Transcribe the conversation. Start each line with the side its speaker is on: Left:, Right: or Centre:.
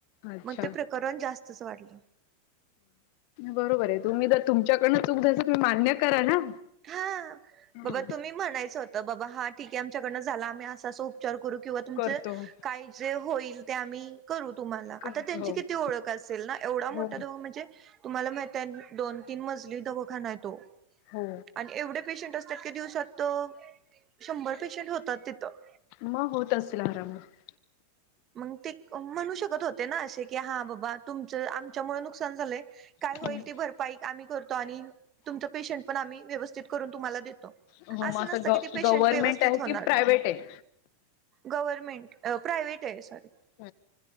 Left: अच्छा
Right: मग ते प्रकरण जास्तच वाढलं.
Left: बरोबर आहे तुम्ही तुमच्याकडनं दर चुक झायस तुम्ही मान्य करा ना.
Right: हा
Left: हा
Right: बाबा तुम्ही म्हणायचं होतं बाबा हा ठीक आहे आमच्याकडनं झाला आम्ही असा सो उपचार करू किंवा तुमचं
Left: करतो
Right: काय जे होईल ते आम्ही करू तुम्हाला
Left: करतो
Right: आता त्यांची
Left: हो
Right: किती ओळख असेल ना एवढा मो
Left: हो.
Right: ता दो म्हणजे तुम्हाला माहितय दोन तीन मजली दवखाना हाय तो.
Left: हो.
Right: आणि एवढे पेशंट असतात की दिवसात तो शंभर पेशंट होतात तिथं.
Left: म होत असेल आरामात.
Right: मग ते म्हणू शकत होते ना अशे की हा बाबा तुमचं आमच्यामुळे नुकसान झालंय. काय
Left: आरामात
Right: होईल ती भरपाई आम्ही करतो आणि तुमचं पेशंट पण आम्ही व्यवस्थित करून तुम्हाला देतो.
Left: हो मग
Right: असं नसतं
Left: ग
Right: की ती पेशंट
Left: गव्हर्मेंट
Right: व्यवस्थित
Left: आहे
Right: होणार
Left: की प्रायव्हेट
Right: नाही.
Left: आहे
Right: गवर्नमेंट प्राइवेट आहे सॉरी.
Left: <inaudible>